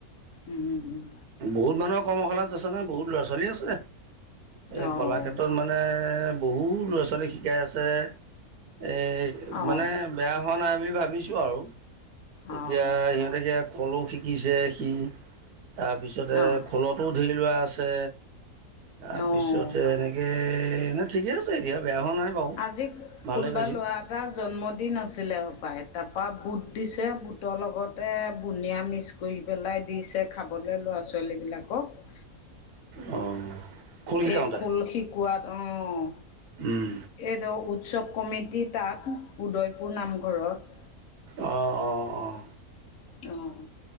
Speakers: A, on the left; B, on the right.
A: উম উম উম।
B: বহুত মানুহৰ কৰ্মশালাত আছে ন, বহুত ল'ৰা ছোৱালী আছে, এই
A: অঁ
B: কলাক্ষেত্ৰত মই মানে বহুত ল'ৰা ছোৱালীক শিকাই আছে, এই
A: অঁ
B: মানে বেয়া হোৱা নাই বুলি ভাবিছোঁ আৰু,
A: অঁ
B: এতিয়া সিহঁতকে খলৌ শিকিছে সি। তাৰপিছতে
A: অঁ
B: খোলতো ধেইৰ লোৱা আছে, তাৰপিছতে
A: অঁ
B: কে‌, এনেই ঠিকে আছে এতিয়া বেয়া হোৱা নাই। বাৰু
A: আজি
B: ভালেই
A: কোনোবা
B: পাইছোঁ
A: লৰা এ টা জন্মদিন আছিলে সোপাই, তাৰপৰা বুট দিছে, বুটৰ লগতে বুনিয়া মিক্স কৰি পেলাই দিছে খাবলে ল'ৰা ছোৱালীবিলাকক।
B: অঁ। খোল শিকাওঁতে
A: এই খোল শিকোৱাত অঁ।
B: উম।
A: এইটো উৎসৱ কমিটি তাত, উদয়পুৰ নামঘৰত।
B: অঁ অঁ অঁ।
A: অঁ,